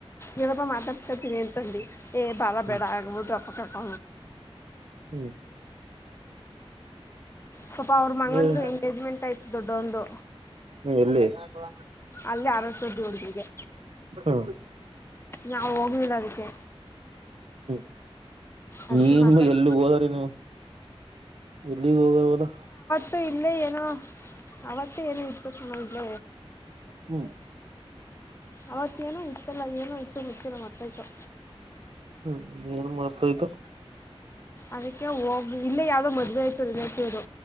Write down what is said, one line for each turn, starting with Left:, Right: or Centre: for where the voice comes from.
Left: ಯವಗಪ್ಪ ಮಾತಾಡ್ಕತೀನಿ ಅಂತಿ ಏ ಬಾಳ
Right: ಹ್ಮ್
Left: ಬೇಡ ಆಗಬದುು ಅಪ್ಪಕ್ಕಕ
Right: ಹ್ಮ್
Left: ಸ್ವಪ ಅವ್ರ ಮಗಂದು
Right: ಹ್ಮ್
Left: ಎಂಗೇಜ್ಮೆಂಟ್ ಆಯ್ತು ದೊಡ್ಡೊಂದು
Right: ಹ್ಮ್ ಎಲ್ಲಿ ಹ್ಮ
Left: ಅಲ್ಲಿ ಅರಸು ಜೋಡುಗಿಗೆ
Right: ಹ್ಮ್
Left: ನಾವ ಹೋಗ್ಲಿಲ್ಲ ಅದಕ್ಕೆ
Right: ಹ್ಮ್
Left: ಅದಕ್ಕೆ
Right: ನೀ
Left: ಮಾತಾಡಿ
Right: ಎಲ್ಲ ಹೋದ್ರೀ ನೀವು ನೀವು ಹೋಗಳವಲ್ಲ
Left: ಇ ಇಲ್ಲೇ ಏನೋ ಅವತ್ತ ಏನೋ ಇತ್ತು ಕಣೋ ಸಣ ಇಲ್ಲ
Right: ಹ್ಮ್
Left: ಅವತ್ತೇಏನು ಇತ್ತಲ್ಲ ಏನ ಇತ್ತು ಹತ್ತಿರ ಮತ್ತಕ್ಕೆ
Right: ಹ್ಮ್ ಏನು ಮಾಡ್ತಾಯ್ತು
Left: ಅದಕ್ಕೆ ಹೋಗ ಇಲ್ಲೇ ಯಾವ್ದೋ ಮದ್ುವೆ ಆಯ್ತುೇತಿಯವರು